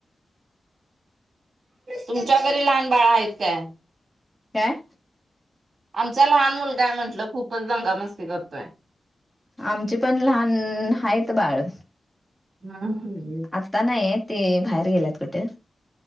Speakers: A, on the right (about 65°); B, in the centre.
A: तुमच्या घरी लहान बाळं आहेत काय?
B: काय?
A: आमचा लहान मुलगायं म्हटलं खूपच दंगा मस्ती करतोय.
B: आमची पण लहान हायत बाळ.
A: नाव तुझे
B: आता नाहीय ते बाहेर गेल्यात. कुठे